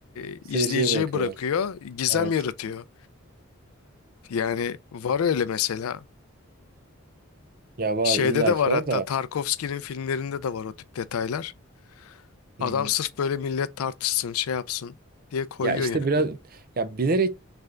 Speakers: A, on the left; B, on the right.
A: e,
B: Seyirciye
A: izleyiciye
B: bırakıyorlar.
A: bırakıyor, gizem
B: Evet.
A: yaratıyor. Yani var öyle mesela.
B: Ya var
A: Şeyde
B: illaki
A: de var
B: var
A: hatta
B: da.
A: Tarkovski'nin filmlerinde de var o tip detaylar.
B: Hı
A: Adam
B: hı.
A: sırf böyle millet tartışsın, şey yapsın diye koyuyor
B: Ya işte
A: yani.
B: biraz ya bilerek